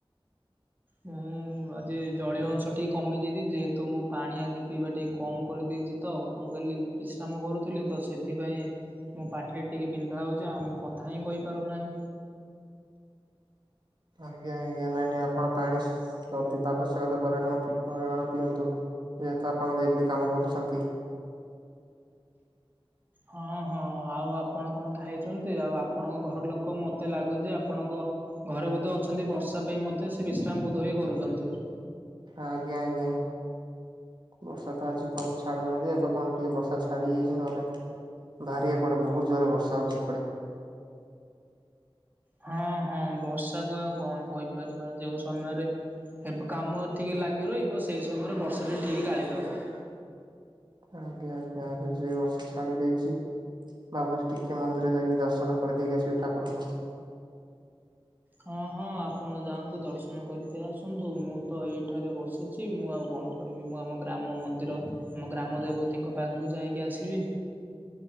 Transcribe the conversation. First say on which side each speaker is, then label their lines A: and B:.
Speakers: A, on the right; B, on the right.
A: ମୁଁ ଆଜି ଜଳୀୟ ଅଂଶ ଟିକେ କମିଯାଇଛି ଯେହେତୁ ମୁଁ ପାଣି ଆଜି ପିଇବା ଟିକେ କମ କରିଦେଇଚିତ ମୁଁ କାଲି ବିଶ୍ରାମ କରୁଥିଲି ତ ସେଥିପାଇଁ ମୋ ପାଟିରେ ଟିକେ ବିନ୍ଧା ହଉଛି ଆଉ ମୁଁ କଥାହିଁ କହିପାରୁନାହିଁ।
B: ଆଜ୍ଞା ଆଜ୍ଞା ନାଇଁ ନାଇଁ ଆପଣ ପାଣି ସ ଯଦି ଆବଶ୍ୟକତା ପରିଣାମ ପରିମାଣ ପିଅନ୍ତୁ। ଯେହେତୁ ଆପଣ ଡେଲି କାମ କରୁଛନ୍ତି।
A: ହଁ ହଁ ଆଉ ଆପଣ କଣ ଖାଇଚନ୍ତି ଆଉ ଆପଣଙ୍କ ଘର ଲୋକ ମତେ ଲାଗୁଛି ଆପଣଙ୍କ ଘରେ ବୋଧେ ଅଛନ୍ତି ବର୍ଷା ପାଇଁ ମଧ୍ୟ ସେ ବିଶ୍ରାମ ବୋଧଏ କରୁଛନ୍ତି।
B: ଆଜ୍ଞା ଆଜ୍ଞା ବର୍ଷାତ ଆଜି କଣ ଛାଡୁ ନାହାନ୍ତି ଏବେ କଣ ଟିକେ ବର୍ଷା ଛାଡି ଯାଇଛି ନହେଲେ ବାହାରିିବାପେ ବହୁତ ଜୋରରେ ବର୍ଷା ହଉଛି ଏପଟେ
A: ହଁ ହଁ ବର୍ଷାକୁ ଆଉ କଣ କହିପାରିବା ଯୋଉଁ ସମୟରେ ହେବ କାମ ଠିକ ଲାଗିରହିବ ସେହି ସମୟରେ ବର୍ଷାଟି ଠିକ ଗାଳିଦବ।
B: ଆଜ୍ଞା ଆଜ୍ଞା ଏବେଯେ ବର୍ଷ ଛାଡି ଯାଇଛି। ଭାବୁଚି ଟିକେ ମନ୍ଦିର ଯାଇକି ଦର୍ଶନ କରିଦେଇକି ଆସିବି ଠାକୁରଙ୍କୁ।
A: ହଁ ହଁ ଆପଣ ଯାଆନ୍ତୁ ଦର୍ଶନ କରିକି ଆସନ୍ତୁ ମୁଁତ ଏଇଠାରେ ବସି ଛି ମୁଁ ଆଉ କଣ କରିବି ମୁଁ ଆମ ଗ୍ରାମମନ୍ଦିର ଆମ ଗ୍ରାମ ଦେବତୀଙ୍କ ପାଖକୁ ଯାଇକି ଆସିବି।